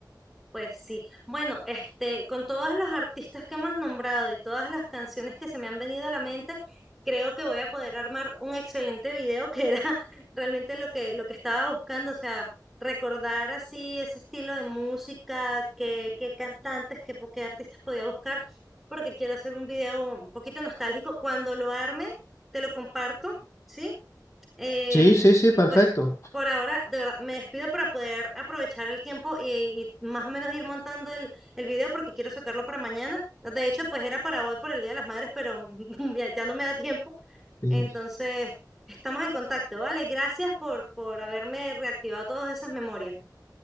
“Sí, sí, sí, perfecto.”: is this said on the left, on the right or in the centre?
Left